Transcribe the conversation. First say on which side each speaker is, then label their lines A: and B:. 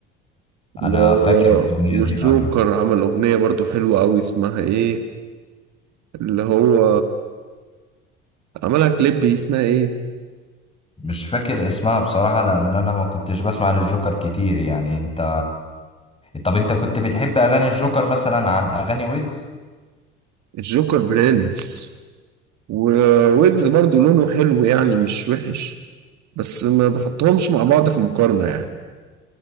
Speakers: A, on the right (about 55°); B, on the left (about 15°).
A: و...
B: أنا فاكر الأغنية
A: والجوكر
B: دي أيوه
A: عمل أغنية برضو حلوة أوي اسمها إيه اللي هو عملها كليب دي اسمها إيه
B: مش فاكر اسمها بصراحة لأن أنا ما كنتش بسمع للجوكر كتير يعني أنت طب أنت كنت بتحب أغاني الجوكر مثلا عن أغاني ويجز؟
A: الجوكر برنس وويجز برضو لونه حلو يعني مش وحش بس ما بحطهمش مع بعض في مقارنة يعني